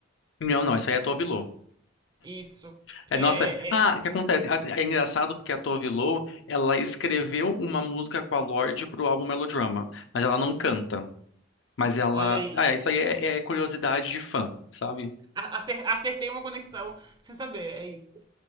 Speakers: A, on the left (about 65°); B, on the right (about 20°).
A: Não, não, essa aí é a Tove Lo.
B: Isso.
A: É,
B: É,
A: nossa, ah,
B: é. é.
A: o que acontece? Ah, É engraçado porque a Tove Lo, ela escreveu uma música com a Lorde pro álbum Melodrama, mas ela não canta. Mas ela,
B: Olha aí.
A: ah, é, isso aí é, é curiosidade de fã, sabe?
B: A- Acer- Acertei uma conexão sem saber, é isso.